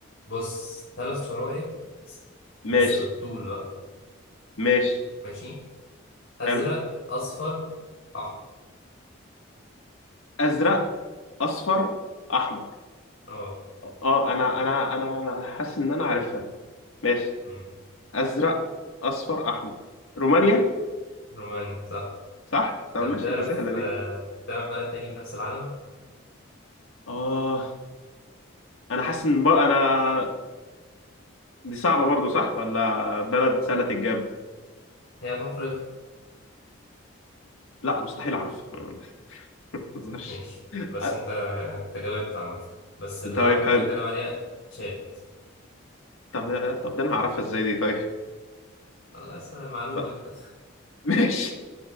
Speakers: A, on the left (about 60°); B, on the left (about 80°).
A: بص ثلاث شرايط
B: ماشي
A: بس بالطول بقى
B: ماشي
A: ماشي أزرق
B: حلو
A: أصفر أحمر
B: أزرق أصفر أحمر
A: اه
B: اه انا انا انا حاسس ان انا عارفها ماشي
A: أمم،
B: ازرق اصفر احمر رومانيا
A: روماني صح
B: صح طب
A: طب
B: ماشي
A: تعرف
B: دي سهله دي
A: آه، تعرف بلد تاني بنفس العلم
B: اه انا حاسس ان بر... انا دي صعبه برضو صح ولا بلد سهله الجاب
A: هي في أفريقيا
B: لا مستحيل اعرفها <laughs> ما بهزرش
A: ماشي
B: أ-
A: بس أنت أنت جاوبت عامة بس اللي
B: طيب
A: أنا كنت
B: حلو
A: بتكلم عليها تشاد
B: طب طب ده انا هعرفها ازاي دي طيب
A: خلاص معلومة
B: طب
A: كده
B: ماشي